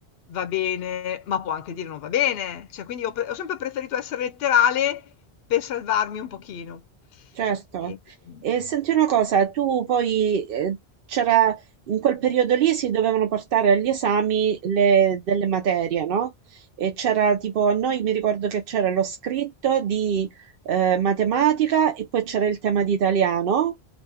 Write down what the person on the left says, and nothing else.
"Va bene", ma può anche dire: "Non va bene". Cioè quindi ho pre ho sempre preferito essere letterale per salvarmi un pochino.
E, mhmm